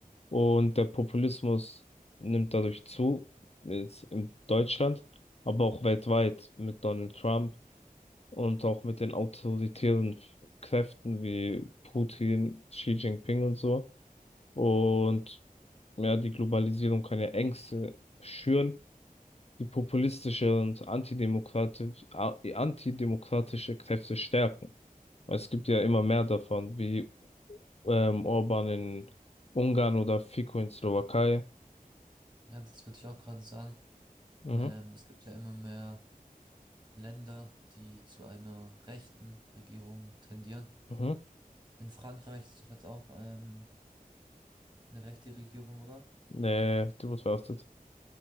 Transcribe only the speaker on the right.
Ja, das würde ich auch gerade sagen.
Ähm, es gibt ja immer mehr Länder, die zu einer rechten Regierung tendieren.
In Frankreich ist doch jetzt auch ähm, eine rechte Regierung, oder?